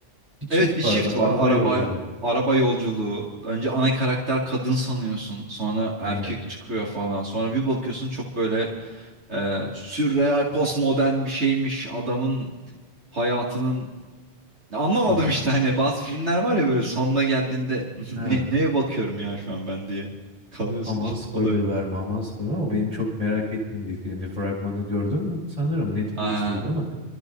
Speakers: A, on the right; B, on the right.
A: Bir çift
B: Evet bir shift
A: vardı.
B: var.
A: Araba
B: Araba
A: yolculuğu.
B: araba yolculuğu. Önce ana karakter kadın sanıyorsun. Sonra erkek
A: Aynen.
B: çıkıyor falan. Sonra bir bakıyorsun çok böyle e, sürreal postmodern bir şeymiş. Adamın hayatının Anlamadım
A: İzlemedim.
B: işte hani bazı filmler var ya böyle sonuna geldiğinde <laughs> ne,
A: Ha.
B: neye bakıyorum ya şu an ben diye kalıyorsun
A: Aman
B: işte.
A: spoiler
B: O da öyle.
A: verme, aman spoiler verme. O benim çok merak ettiğim bir filmdi. Fragmanı gördüm. Sanırım Netflix'teydi
B: Aa,
A: ama